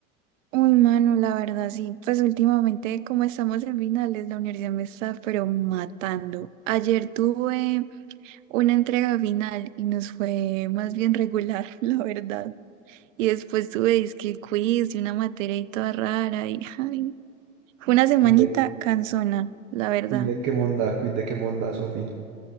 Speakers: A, on the right; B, on the right.
A: Uy, mano, la verdad, sí. Pues últimamente, como estamos en finales, la universidad me está, pero matando. Ayer tuve una entrega final y nos fue más bien regular, <laughs> la verdad. Y después tuve disque quiz y una materia y toda rara y ay, fue una semanita
B: Cuide,
A: cansona, la verdad.
B: cuide qué monda, cuide qué monda, Sofi.